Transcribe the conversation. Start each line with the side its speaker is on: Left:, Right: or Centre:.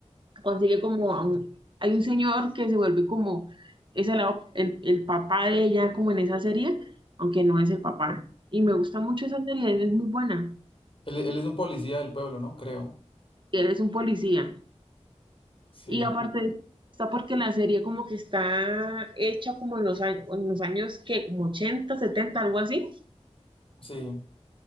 Right: consigue como a un- hay un señor que se vuelve como, es el, el, el papá de ella como en esa serie, aunque no es el papá. Y me gusta mucho esa serie, es muy buena.
Left: Él, él es un policía del pueblo, ¿no? Creo.
Right: Y él es un policía.
Left: Sí,
Right: Y aparte está porque la serie como que está hecha como en los años, en los años que como 80 70 algo así.
Left: sí.